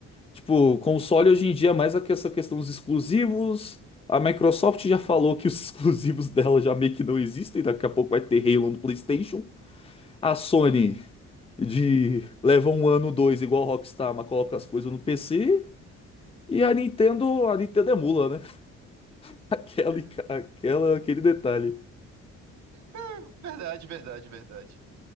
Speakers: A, on the left; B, on the right.
A: Tipo, console hoje em dia é mais a que- essa questão dos exclusivos. A Microsoft já falou que os <laughs> exclusivos dela já meio que não existem, daqui a pouco vai ter Halo no PlayStation. A Sony de leva um ano, dois, igual a Rockstar, mas coloca as coisas no PC. E a Nintendo, a Nintendo emula, né? <laughs> Aquela,
B: É,
A: aquela, aquele detalhe.
B: é, verdade, verdade, verdade.